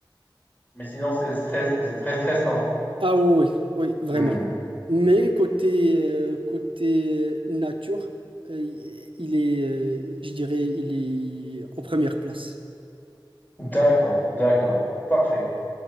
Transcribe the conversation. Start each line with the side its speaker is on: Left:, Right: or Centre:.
Left: Mais sinon, c'est stress, c'est très stressant.
Right: Ah oui, oui, oui, vraiment.
Left: Hmm.
Right: Mais côté, euh, côté euh, nature, euh, il est, euh, je dirais, il est en première place.
Left: D'accord, d'accord. Parfait.